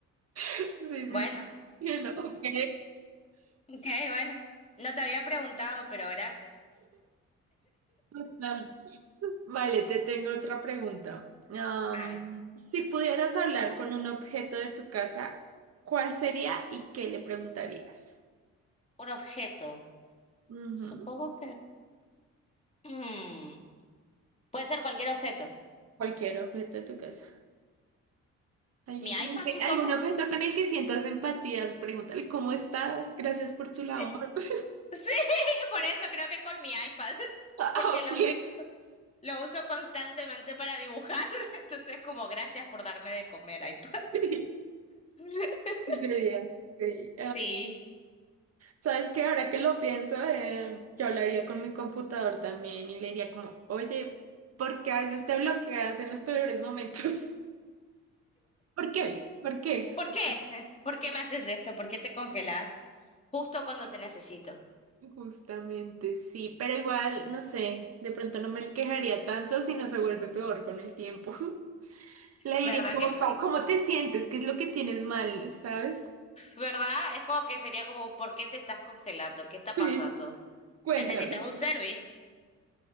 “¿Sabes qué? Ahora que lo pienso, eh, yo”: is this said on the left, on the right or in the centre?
Right